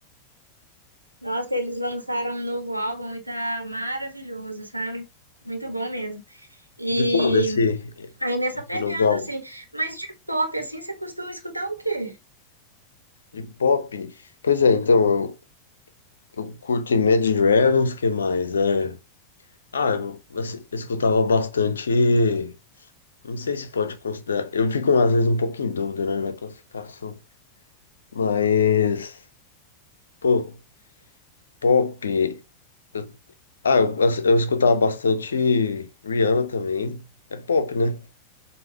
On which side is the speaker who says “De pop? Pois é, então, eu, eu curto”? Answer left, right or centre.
Left